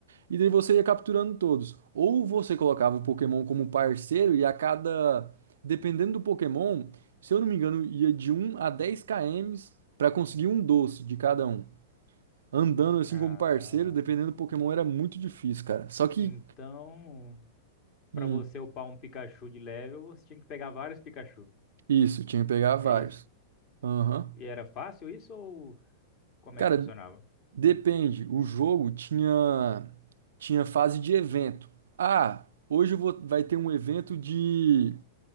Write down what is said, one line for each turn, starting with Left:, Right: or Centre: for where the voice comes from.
Right: e daí você ia capturando todos. Ou você colocava o Pokémon como parceiro e a cada, dependendo do Pokémon, se eu não me engano, ia de um a dez km para conseguir um doce de cada um. Andando assim
Left: ah,
Right: como parceiro, dependendo do Pokémon, era muito difícil, cara. Só que
Left: então, para
Right: Hum.
Left: você upar um Pikachu de level, você tinha que pegar vários Pikachu.
Right: Isso, tinha que pegar vários.
Left: É isso.
Right: Aham.
Left: E era fácil isso ou como
Right: Cara,
Left: é que funcionava?
Right: depende. O jogo tinha tinha fase de evento. Ah, hoje eu vou- vai ter um evento de